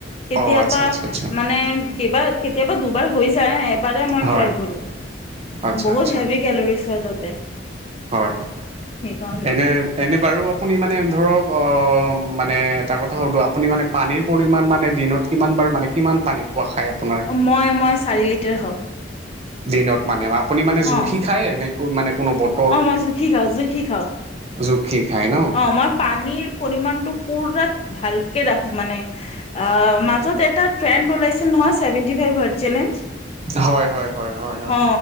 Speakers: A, on the left (about 35°); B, on the right (about 35°).
A: কেতিয়াবা
B: অ আচ্ছা আচ্ছা আচ্ছা
A: মানে কিবা কেতিয়াবা দুবাৰ হৈ যায়, এবাৰে মই
B: হয়
A: ট্ৰাই কৰো।
B: আচ্ছা
A: বহুত
B: আচ্ছা
A: হেভি কেলৰিজ হয় তাতে।
B: হয়।
A: সেইকাৰণে
B: এনে এনেই বাৰু আপুনি মানে ধৰক অ মানে এটা কথা সোধো, আপুনি মানে পানীৰ পৰিমাণ মানে দিনত কিমান বাৰ মানে কিমান পানী খোৱা খায় আপোনাৰ?
A: অ মই মই চাৰি লিটাৰ খাওঁ।
B: দিনত মানে? আপুনি মানে জুখি
A: অ
B: খায় নে মানে কোনো বট
A: অ মই জুখি খাওঁ জুখি খাওঁ।
B: জুখি খায় ন
A: অ মই পানীৰ পৰিমাণটো পুৰা ভালকে ৰাখো মানে। অ মাজত এটা ট্ৰেণ্ড ওলাইছিল নহয় চেভেণ্টি ফাইভ হা চেলেঞ্জ।
B: হয় হয় হয় হয় হয়
A: অ